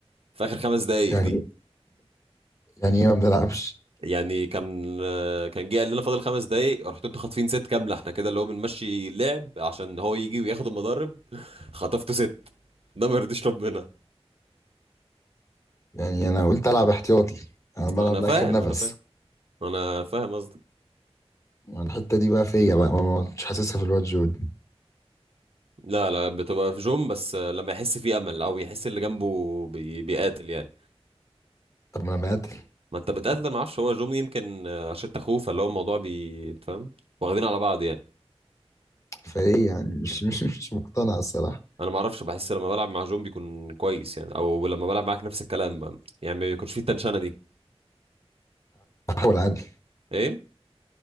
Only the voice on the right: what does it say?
في اخر خمس دقايق
دي
يعني كان آه، كان جه قال لنا فاضل خمس دقايق رحتوا انتوا خاطفين ست كامله احنا كده اللي هو بنمشي لعب عشان هو يجي وياخد المضارب خطفتوا ست ده ما يرضيش ربنا
انا
فاهم
انا فاهم انا فاهم قصدك
لا لا بتبقى في جوم بس لما يحس فيه امل او يحس اللي جنبه بي... بيقاتل يعني
ما انت بتقاتل ما اعرفش هو جوم يمكن عشان انت اخوه فاللي هو الموضوع بي فاهم واخدين على بعض يعني
انا ما اعرفش بحس لما بلعب مع جوم بيكون كويس يعني او لما بلعب معاك نفس الكلام بقى يعني ما بيكونش فيه التنشنه دي
ايه